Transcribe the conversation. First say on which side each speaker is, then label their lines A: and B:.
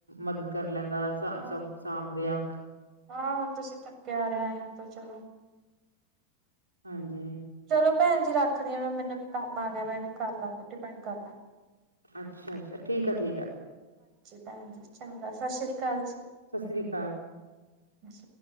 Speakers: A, on the right; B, on the right.
A: ਮਦਦ ਕਰ ਲੈਂਦਾ ਸਾਂਭਦੇ
B: ਹਾਂ
A: ਆ
B: ਹਾਂ ਹੁਣ ਤੁਸੀਂ ਥੱਕੇ ਆ ਰਹਾ ਆ ਤਾਂ ਚਲੋ
A: ਹਾਂਜੀ
B: ਚਲੋ ਭੈਣ ਜੀ ਰੱਖਦੀ ਆ ਮੈਂ ਮੈਨੂੰ ਵੀ ਕੰਮ ਆ ਗਿਆ ਮੈਂ ਵੀ ਕਰ ਲਾ ਰੋਟੀ ਪਾਣੀ ਕਰ ਲੈ
A: ਅੱਛਾ ਠੀਕ ਆ ਠੀਕ ਹੈ
B: ਭੈਣਜੀ ਚੰਗਾ ਸਤਿ ਸ੍ਰੀ ਅਕਾਲ ਜੀ
A: ਸਤਿ ਸ੍ਰੀ ਅਕਾਲ
B: ਅਛ